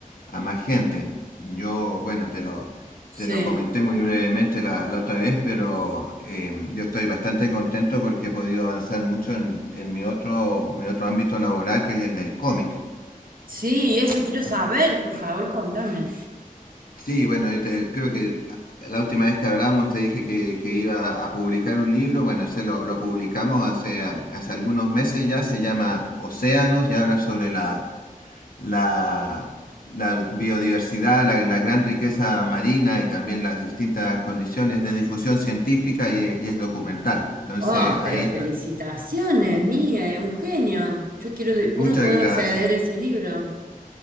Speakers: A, on the left; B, on the right.
A: a más gente. Yo, bueno, te lo,
B: Sí.
A: te lo comenté muy brevemente la, la otra vez, pero eh, yo estoy bastante contento porque he podido avanzar mucho en, en mi otro, mi otro ámbito laboral, que es el del cómic.
B: Sí, eso quiero saber, por favor, contame.
A: Sí, bueno, yo te- creo que la última vez que hablamos te dije que, que iba a publicar un libro. Bueno, ese lo, lo publicamos hace, ah, hace algunos meses ya. Se llama Océanos y habla sobre la, la, la biodiversidad, la, la gran riqueza marina y también las distintas condiciones de difusión científica y, e- y es documental. Entonces,
B: Oh,
A: ahí
B: pero felicitaciones,
A: está.
B: mía, un genio. Yo quiero, de-
A: Muchas
B: ¿cómo puedo
A: gracias.
B: acceder a ese libro?